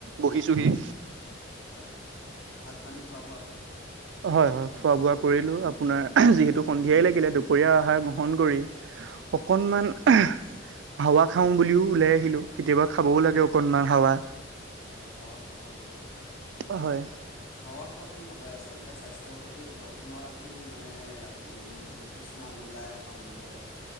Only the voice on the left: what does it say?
হয় ভাত পানী খোৱা বোৱা হ'ল?
হয়
হয়। হাৱা খাব লাগে!
হাৱা খোৱা বুলি নকয় আচলতে! স্বাস্থ্যৰ প্ৰতি যত্ন ৰাখি মানে, আপুনি দুখোজ মান ওলাই অহা বুলি কয়।